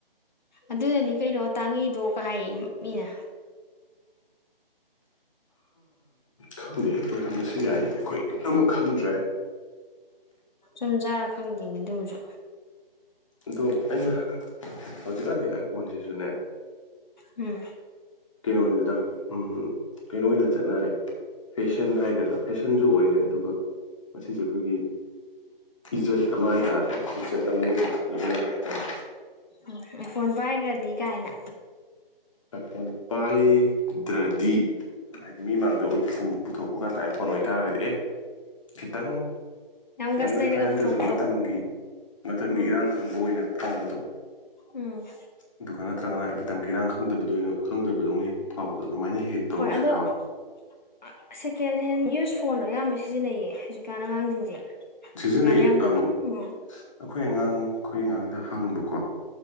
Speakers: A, on the left; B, on the left.
A: ꯑꯗꯨꯅꯅꯤ ꯀꯩꯅꯣ ꯇꯥꯡꯉꯤꯗꯣ ꯀꯥ ꯍꯥꯏꯌꯦ ꯃꯤꯅ
B: ꯈꯪꯗꯦ ꯑꯣꯏꯔꯝꯕꯁꯨ ꯌꯥꯏ ꯑꯩꯈꯣꯏ ꯄꯨꯝꯅꯃꯛ ꯈꯪꯗ꯭ꯔꯦ
A: ꯆꯨꯝ ꯖꯥꯔ ꯈꯪꯗꯦꯅꯦ ꯑꯗꯨꯝꯁꯨ
B: ꯑꯗꯣ ꯑꯩꯅ ꯍꯧꯖꯤꯛꯀꯥꯟꯗꯤ ꯑꯥꯏꯐꯣꯟꯁꯤꯁꯨꯅꯦ
A: ꯎꯝ
B: ꯀꯩꯅꯣꯅꯤꯗ ꯎꯝ ꯀꯩꯅꯣ ꯑꯣꯏꯅ ꯆꯠꯅꯔꯦ ꯐꯦꯁꯟ ꯍꯥꯏꯒꯗ꯭ꯔꯥ ꯐꯦꯁꯟ ꯁꯟꯁꯨ ꯑꯣꯏꯔꯦ ꯑꯗꯨꯒ ꯃꯁꯤꯁꯦ ꯑꯩꯈꯣꯏꯒꯤ ꯏꯖꯠ ꯑꯃ ꯍꯥꯏꯇꯥꯔꯦ ꯏꯖꯠ ꯑꯃ ꯑꯣꯏꯅ ꯂꯧꯅꯔꯦ ꯍꯥꯏꯇꯥꯔꯦ
A: ꯎꯝ ꯑꯥꯏ ꯐꯣꯟ ꯄꯥꯏꯈ꯭ꯔꯗꯤ ꯀꯥꯏꯅ
B: ꯑꯥꯏꯐꯣꯟ ꯄꯥꯏꯗ꯭ꯔꯗꯤ ꯑꯗꯨ ꯍꯥꯏꯗꯤ ꯃꯤ ꯃꯥꯡꯗ ꯎꯠꯄꯨ ꯄꯨꯊꯣꯛꯄ ꯉ ꯇꯥꯏ ꯑꯥꯏ ꯐꯣꯟ ꯑꯣꯏꯇꯥꯔꯒꯗꯤ ꯑꯦ ꯈꯤꯇꯪ
A: ꯒꯁ
B: ꯌꯥꯝ
A: ꯂꯩꯅꯒ
B: ꯍꯥꯏ ꯐꯥꯏ ꯅꯠꯇ꯭ꯔꯁꯨ
A: ꯄꯨꯊꯣꯛꯄꯗꯣ
B: ꯃꯇꯝꯒꯤ ꯃꯇꯝꯒꯤ
A: ꯎꯝ
B: ꯏꯔꯥꯡ ꯈꯪꯕ ꯑꯣꯏꯅ ꯐꯥꯎꯕꯗꯣ
A: ꯎꯝ
B: ꯑꯗꯨꯒ ꯅꯠꯇ꯭ꯔꯒꯅ ꯃꯇꯝꯒꯤ ꯏꯔꯥꯡ ꯈꯪꯗꯕꯗꯣꯏꯅꯣ ꯈꯪꯗꯕꯗꯧꯅ ꯍꯦꯛ ꯐꯥꯎꯕꯗꯣ ꯑꯗꯨꯃꯥꯏꯅ ꯍꯦꯛ ꯍꯦꯛ ꯇꯧꯕꯁꯨ
A: ꯍꯣꯏ ꯑꯗꯣ
B: ꯌꯥꯎꯋꯦ
A: <inaudible> ꯁꯦꯀꯦꯟ ꯍꯦꯟ ꯌꯨꯁ ꯐꯣꯟ ꯑꯌꯥꯝꯕ ꯁꯤꯖꯤꯟꯅꯩꯌꯦ ꯍꯧꯖꯤꯛꯀꯥꯟ ꯑꯉꯥꯡꯁꯤꯡꯁꯦ
B: ꯁꯤꯖꯤꯟꯅꯩꯌꯦ
A: ꯌꯥꯝ ꯌꯥꯝꯗꯕ
B: ꯑꯝ
A: ꯎꯝ
B: ꯑꯩꯈꯣꯏ ꯑꯉꯥꯡ ꯑꯩꯈꯣꯏ ꯑꯉꯥꯡꯗ ꯍꯪꯕꯀꯣ